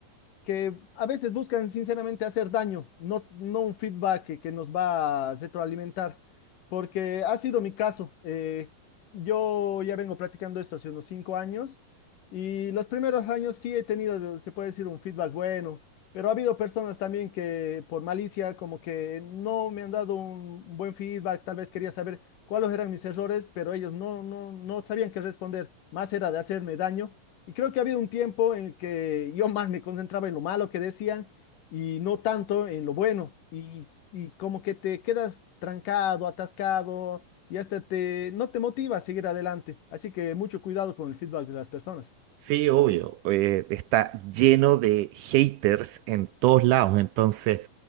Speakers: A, on the left (about 65°); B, on the right (about 80°).
A: que a veces buscan sinceramente hacer daño, no, no un feedback que, que nos va a retroalimentar, porque ha sido mi caso. eh, yo ya vengo practicando esto hace unos cinco años y los primeros años sí he tenido, se puede decir, un feedback bueno, pero ha habido personas también que por malicia como que no me han dado un buen feedback, tal vez quería saber cuáles eran mis errores, pero ellos no, no, no sabían qué responder, más era de hacerme daño y creo que ha habido un tiempo en el que yo más me concentraba en lo malo que decían y no tanto en lo bueno. Y, y como que te quedas trancado, atascado y hasta te, no te motiva a seguir adelante. Así que mucho cuidado con el feedback de las personas.
B: Sí, obvio. eh, está lleno de haters en todos lados. Entonces,